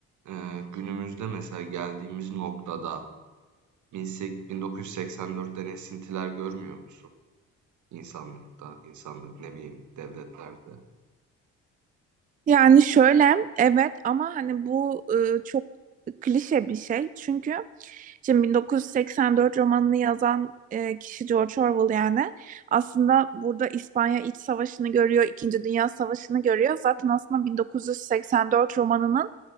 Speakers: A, on the right (about 70°); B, on the right (about 30°).
A: e, günümüzde mesela geldiğimiz noktada 18- 1984'ten esintiler görmüyor musun? İnsanlıkta, insanlık ne bileyim devletlerde.
B: Yani şöyle evet ama hani bu e, çok klişe bir şey. Çünkü şimdi 1984 romanını yazan e, kişi George Orwell yani aslında burada İspanya İç Savaşı'nı görüyor, İkinci Dünya Savaşı'nı görüyor. Zaten aslında 1984 romanının